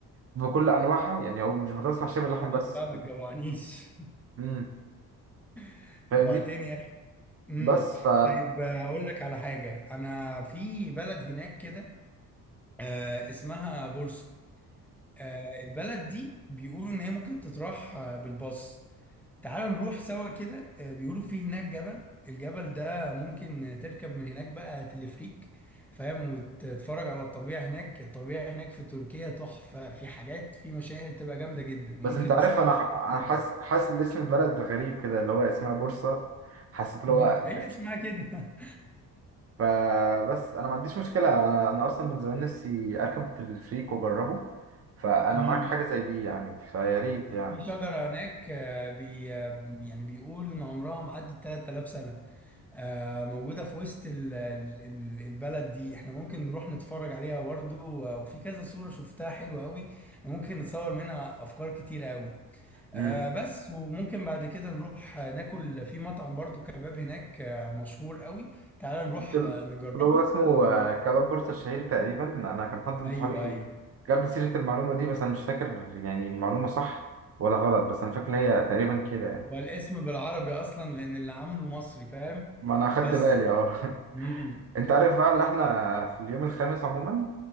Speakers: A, on the right; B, in the centre.
A: بكل أنواعها يعني هو مش بطاطس محشية باللحمة
B: خلاص
A: بس
B: بقى ما تجوعنيش
A: امم
B: <laughs>
A: فاهمني
B: جوعتني يا اخي امم
A: بس ف
B: طيب آه، هقول لك على حاجه انا في بلد هناك كده آه، اسمها بورصه آه، البلد دي بيقولوا ان هي ممكن تتراح آه، بالباص تعال نروح سوا كده آه، بيقولوا في هناك جبل الجبل ده ممكن تركب من هناك بقى تلفريك فاهم وتتفرج على الطبيعة هناك الطبيعة هناك في تركيا تحفة في حاجات في مشاهد تبقى جامدة جدا وممكن
A: بس انت عارف
B: نصور
A: انا
B: صور
A: انا
B: جامدة
A: حاسس
B: جدا
A: حاسس ان اسم البلد غريب كده اللي هو اسمها بورصة حسيت اللي
B: مم،
A: هو
B: هي
A: اس-
B: اسمها كده
A: فبس انا ما عنديش مشكلة انا انا اصلا من زمان نفسي اركب التلفريك واجربه فانا
B: <laughs> مم.
A: معاك حاجة زي دي يعني فيا ريت يعني
B: في شجرة هناك آه، بي آه، يعني بيقولوا ان عمرها معدي 3000 سنة آه، موجودة في وسط ال- ال- ال- البلد دي احنا ممكن نروح نتفرج عليها برضه و- وفي كذا صورة شفتها حلوة قوي ممكن نتصور منها أفكار كتيرة قوي
A: امم
B: آه، بس وممكن بعد كده نروح آه، ناكل في مطعم برضه كباب هناك آه، مشهور قوي تعال نروح
A: مش ال-
B: آه، نجربه
A: اللي هو اسمه
B: و...
A: آه، كباب بورصة الشهير تقريبا انا كان حد من
B: أيوه
A: صحابي
B: أيوه
A: جاب لي سيرة المعلومة دي بس انا مش فاكر يعني المعلومة صح ولا غلط بس انا فاكر هي تقريبا كده يعني
B: والاسم بالعربي أصلا لأن اللي عامله مصري فاهم
A: ما انا اخدت
B: بس
A: بالي اه
B: مم.
A: انت عارف بقى اللي احنا في اليوم الخامس عموما